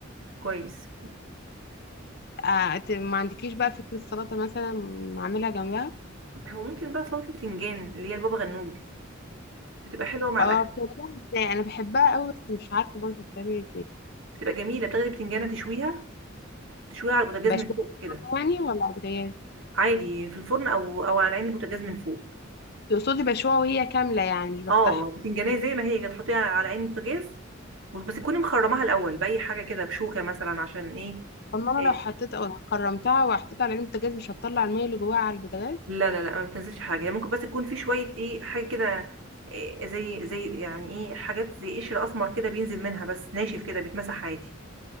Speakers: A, on the right; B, on the left.
A: كويس
B: آه ت- ما عندكيش بقى فكره سلطه مثلا اعملها جنبها
A: هو ممكن بقى سلطة البتنجان اللي هي البابا غنوج بتبقى حلوة مع
B: اه
A: الأكل
B: بتعملها ازاي انا بحبها قوي بس مش عارفه برضو بتعمل ازاي
A: بتبقى جميلة بتاخدي بتنجانة تشويها تشويها على البوتاجاز
B: بشوها
A: من فوق كده
B: يعني ولا على البوتاجاز
A: عادي في الفرن أو أو على عين البوتاجاز من فوق
B: تقصدي بشوها وهي كامله يعني مش بفتحها
A: اه بتنجانية زي ما هي كده تحطيها على عين البوتاجاز بس تكوني مخرماها الأول بأي حاجة كده بشوكة مثلا عشان ايه
B: طب ما انا لو
A: آه،
B: حطيت او خرمتها وحطيتها على جنب البوتاجاز مش هتطلع الميه اللي جواها على البوتاجاز
A: لا لا لا ما بتنزلش حاجه هي ممكن بس تكون في شويه ايه حاجه كده إيه زي زي يعني ايه حاجات زي قشر اسمر كده بينزل منها بس ناشف كده بيتمسح عادي